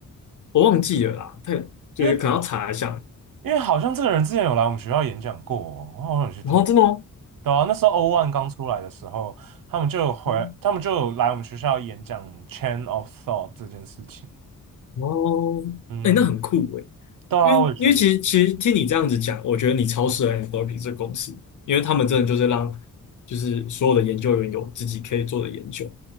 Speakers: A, on the left; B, on the right.
A: 我忘记了啦，太就是可能要查一下。
B: 因为因为好像这个人之前有来我们学校演讲过哦我好像有去听。
A: 然后真的吗？
B: 对啊，那时候 O o 刚出来的时候，他们就有回，
A: 嗯
B: 他们就有来我们学校演讲 Chain of Thought 这件事情。
A: 哦，
B: 嗯，
A: 哎、那很酷哎、
B: 对啊，
A: 因为因为其实其实听你这样子讲，
B: 我也觉得，
A: 我觉得你超适合 a n t h o p i 这个公司，因为他们真的就是让就是所有的研究员有自己可以做的研究，